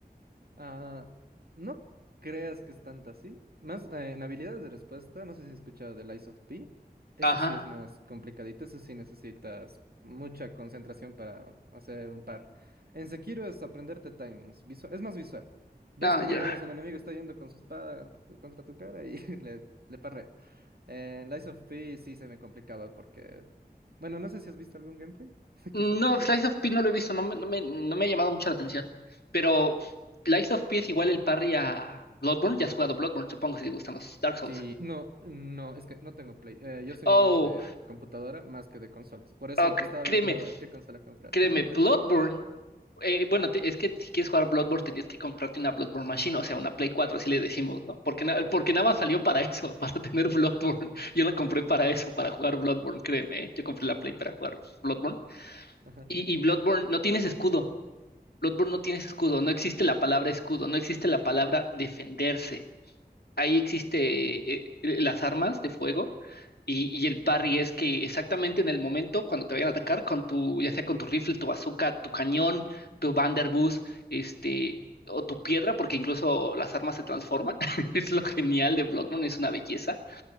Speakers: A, on the right; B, on the left.
A: Ah, no creas que es tanta así. Más eh, en habilidades de respuesta, no sé si has escuchado del Lies of P. Ese
B: Ajá.
A: sí es más complicadito, ese sí necesitas mucha concentración para hacer un par. En Sekiro es aprenderte timings, visual, es más visual. Ves
B: No,
A: que,
B: ya.
A: digamos, el enemigo está yendo con su espada t- contra tu cara y <laughs> le, le parreas. En Lies of P sí se me complicaba porque... Bueno, no sé si has visto algún gameplay, <laughs>
B: No,
A: quizá.
B: Slice of P no lo he visto, no me, no me, no me ha llamado mucho la atención. Pero Slice of P es igual el parry a Bloodborne, ya has jugado Bloodborne, supongo si te gustan los Dark Souls.
A: Sí, no, no, es que no tengo Play. Eh, yo soy
B: Oh,
A: más de computadora más que de consolas. Por eso
B: ok,
A: estaba
B: créeme,
A: viendo qué consola comprar.
B: Créeme,
A: <laughs>
B: Bloodborne. eh, bueno, te- es que si quieres jugar Bloodborne tenías que comprarte una Bloodborne Machine, o sea, una Play 4 así le decimos, ¿no? Porque, na- porque nada
A: Sí.
B: más salió para eso, <laughs> para tener Bloodborne. Yo la compré para eso, para jugar Bloodborne, créeme, ¿eh? Yo compré la Play para jugar Bloodborne.
A: Ajá.
B: Y, y Bloodborne, no tienes escudo. Bloodborne no tienes escudo, no existe la palabra escudo, no existe la palabra defenderse ahí existe
A: Sí.
B: eh, eh, las armas de fuego y, y el parry es que exactamente en el momento cuando te vayan a atacar con tu, ya sea con tu rifle, tu bazooka, tu cañón, tu Vanderbuss, este, o tu piedra, porque incluso las armas se transforman. <laughs> Es lo genial de Bloodborne, es una belleza